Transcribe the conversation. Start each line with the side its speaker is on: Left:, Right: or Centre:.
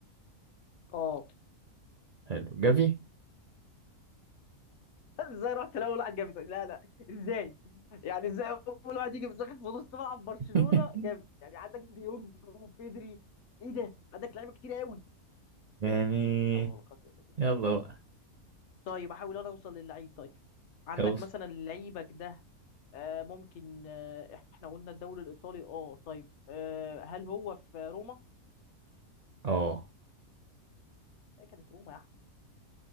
Left: اه
Right: حلو جافي
Left: <laughs> ازاي رحت الاول واحد جاب إيطاليا؟ لا لا ازاي يعني ازاي اول واحد يجي في داخل في نص ملعب برشلونه
Right: <laughs>
Left: جاب يعني عندك ديونج وبيدري ايه ده عندك لعيبه كتير قوي
Right: يعني
Left: حول ولا قوه إلا بالله.
Right: يلا بقى
Left: طيب احاول انا اوصل للعيب طيب عندك
Right: اوصل
Left: مثلا لعيبك ده آه ممكن آه احنا قلنا الدوري الايطالي اه طيب آه هل هو في روما؟
Right: اه
Left: ايه كانت روما يا احمد